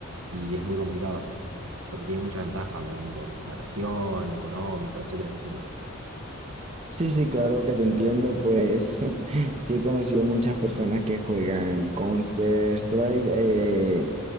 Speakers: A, on the right; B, on the right.
A: Y es muy complicado así, porque tiene mucha ventaja también por la región, lo económico, etcétera, etcétera.
B: Sí, sí, claro que te entiendo, pues <laughs> sí he conocido muchas personas que juegan Counter-Strike eh,